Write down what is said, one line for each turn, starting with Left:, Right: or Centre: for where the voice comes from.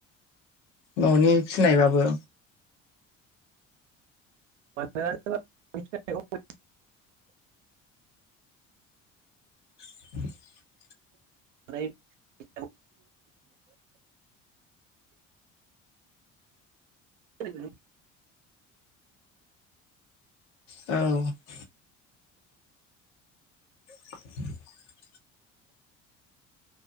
Left: न'नि फिनायबाबो
Right: <unintelligible>
Left: <unintelligible>
Right: <unintelligible> <unintelligible>
Left: औ। <unintelligible>